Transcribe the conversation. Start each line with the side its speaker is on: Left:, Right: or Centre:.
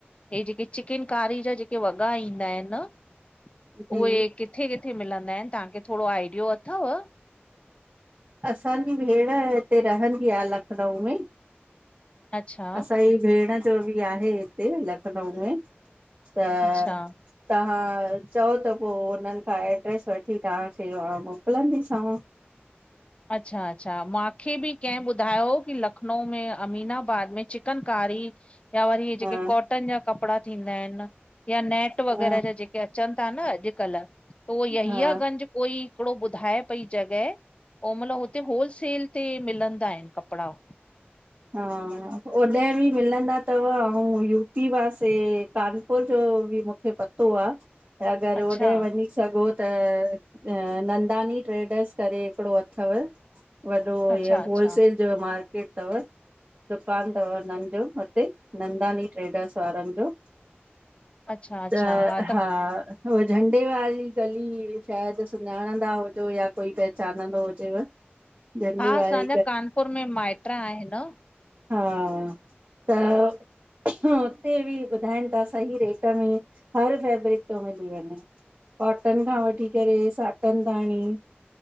Left: हे ज़ेके चिक़िन कारी जा ज़ेके वॻा ईंदा आयेन उहे
Right: जी
Left: किथे-किथे मिलंदा आए न, तहां खे थोड़ो आइडियो अथव!
Right: असां जी भेण इते रहंदी आह लखनऊ में
Left: अच्छा
Right: असां ई भेण जो बि आहे इते लखनऊ में त
Left: अच्छा
Right: तहां चओ त पो हुनन खां ऐड्रेस वठी तहां खे मोकलंदी सांव।
Left: अच्छा-अच्छा, माख़े बि के ॿुधायो की लखनऊ में अमीनाबाद में चिक़न कारी या वरी
Right: हा
Left: ज़ेके कॉटन जा कपड़ा थींदा आऐं न या नेट वग़ैरह
Right: हा
Left: जा ज़ेक के अच़न था न अॼकल त उहो यहीआं
Right: हा
Left: गंज़ कोई हिकड़ो ॿुधाए पई जग़ह ओम़ल हुते होलसेल ते मिलंदा आहे न कपड़ा।
Right: हा! ओॾे बि मिलंदा तव अउं यूपी पासे कान पुर जो बि मूखे पतो आ त अगर
Left: अच्छा
Right: होॾे वञीं सघ़ो त, अ् नंदानी ट्रेडर्स करे हिकड़ो अथव! वॾो
Left: अच्छा
Right: इहो
Left: अच्छा
Right: होलसेल जो मार्क़ेट तव। दुकान तव उन्हन जो हुते नंदानी ट्रेडर्स वारन जो।
Left: अच्छा अच्छा
Right: त्
Left: हा त
Right: हां! उअ झंडे वारी गलीं श़ायद सुञाणंदा हुज़ो या कोई पहचानंदो हुजेव। झंडे
Left: हा
Right: वारी
Left: असां जा कानपुर में माऐट्र आहें न।
Right: हां त् हुते बि ॿुधाऐन ता सहीं रेट में हर फ़ेब्रिक प्यो मिली वञें। कॉटन खां वठी करे साटन तांणी।